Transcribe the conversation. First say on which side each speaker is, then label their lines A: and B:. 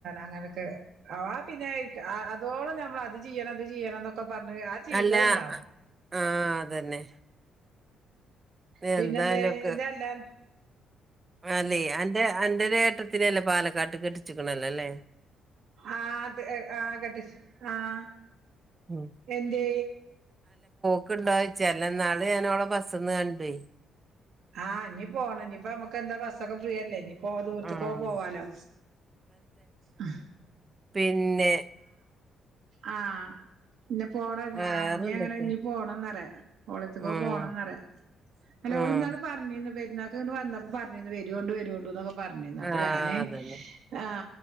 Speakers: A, on the right (about 70°); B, on the right (about 25°).
A: അങ്ങനെയൊക്കെ അവ പിന്നെ അതോളം നമ്മൾ അത് ചെയ്യണം അത് ചെയ്യണം എന്നൊക്കെ പറഞ്ഞ് ആ ചെയ്തത്ണ്ടാവും
B: അല്ല ആ അതന്നെ
A: പിന്നെന്താ
B: എന്തായാലും ഒക്കെ
A: എന്താല്ലാ
B: അല്ലേ എന്റെ എന്റെ ഏട്ടത്തിനല്ലേ പാലക്കാട്ട് കെട്ടിച്ചിക്കണല്ലോല്ലേ
A: അത് ആ. കട്ട്‌ ആഹ
B: ഉം
A: എന്ത്
B: ക്കണ്ടോച്ചല്ല നാള് ഞൻ അവടെ ബസ്ന്ന് കണ്ട പോയി
A: ആഹ് ഇനി പോകണം ഇനിയിപ്പ നമ്മുക്ക് എന്താ ബസ്സൊക്കെ ഫ്രീയല്ലേ ഇനി പോ ദൂർത്തക്കൊക്കെ
B: ആഹ്
A: പോവാലോ ഹം
B: പേൻ പിന്നെ
A: ആ ഇന്നെ പോണ ഞീ
B: വേറെ എന്തൊക്കെയാ
A: അങ്ങനെ ഇനി പോണംന്ന്റയാ ഓളത്തക്ക
B: ഉം
A: പോണംന്ന് പറയാ അല്ല
B: ഉം
A: ഓള്ന്നാള് പറഞ്ഞീന്ന് പെരുന്നാൾക്ക് വന്നപ്പോ പറഞ്ഞി വര കൊണ്ടണ്ട് വര കൊണ്ടോക്കെ പറഞ്ഞിന്ന അപ്പൊ
B: ആഹ്
A: ഞാന്
B: അതന്നെ
A: ആ